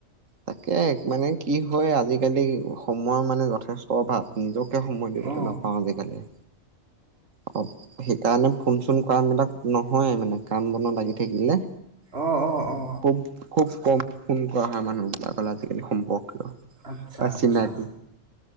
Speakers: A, on the right; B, on the right.
A: তাকে মানে কি হয় আজিকালি সময়ৰ মানে যথেষ্ট অভাৱ নিজক সময় দিবলৈ
B: অ
A: নাপাওঁ আজিকালি। অ' সেইকাৰণে ফোন- চোন কৰামেলাত নহয় মানে কাম বন লাগি থাকিলে।
B: অ অ অ
A: খুব খুব কম ফোন কৰা হয়। মানুহবিলাকলে আজিকালি সম্ভৱ।
B: আচ্ছা
A: বা
B: আচ্ছা
A: চিনাকি।